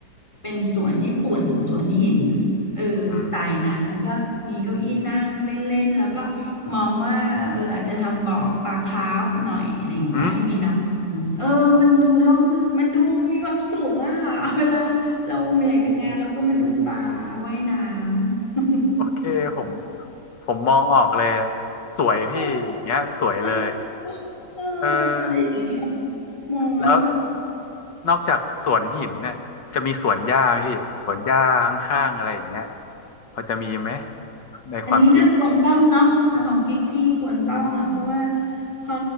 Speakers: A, on the left; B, on the left.
A: เป็นสวนญี่ปุ่นสวนหินเออสไตล์นั้นแล้วก็มีเก้าอี้นั่งเล่นๆแล้วก็
B: อืม
A: มองว่าเอออาจจะทำบ่อปลาคราฟหน่อยอะไรอย่างเงี้ยให้มีน้ำวนเออมันดูร่มมันดูมีความสุขอ่ะ
B: อืม
A: <laughs> เวลาเราเหนื่อยจากงานเราก็มาดูปลาว่ายน้ำ
B: โอเคผม
A: <laughs>
B: ผมมองออกเลยอะสวยพี่อย่างเงี้ยสวยเลย
A: เออนะเออ
B: เออ
A: อะไรอย่างเงี้ยมองแล้วแบบ
B: แล้วนอกจากสวนหินเนี่ยจะมีสวนหญ้าไหมพี่สวนหญ้าข้างๆอะไรอย่างเงี้ยพอจะมีไหมในความคิด
A: อันนี้น่าควรต้องเนาะในความคิดพี่ควรต้องอ่ะเพราะว่าพอ